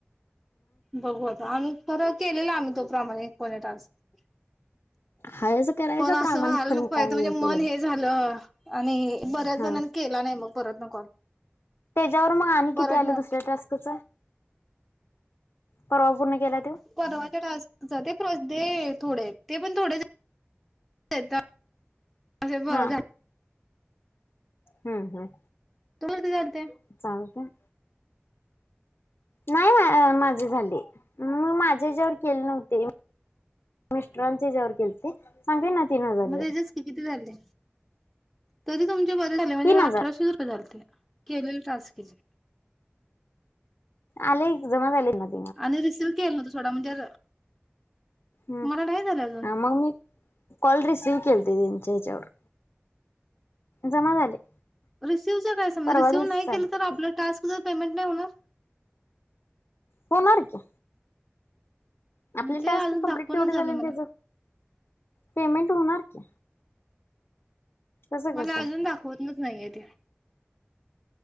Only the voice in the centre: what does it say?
बघू आता आम्ही खरं केलेलं आम्ही तो प्रमाणीकपणे टास्क
पण असं
व्हायला नको पायजे
होत. मन
हे झालं. आणि बऱ्याच
जणांनी केला नाही मग परत न कॉल.
परत
ना
परवाच्या टास्कच ते प्रदे थोडे ते पण थोडे <inaudible> <unintelligible>
तू किती झालते.
मग
त्याचेच किती झाले तरी तुंमचे बरे झाले म्हणजे
अठराशे रुपये झालं ते केलेला टांस किजे.
आणि रिसिव्ह केलं नां तूंथोडा म्हणजे
मला नाही झालं अजून
रिसीव्ह कायं समज
रिसिव
नाहीं
केलं तरं आपलं टास्क जरं पेमेंट नाहीं होणारं
मग ते
अजून
दाखवणच
झाले
मला
मलां
अजूंन दाखवतंच नाहीं आहे ती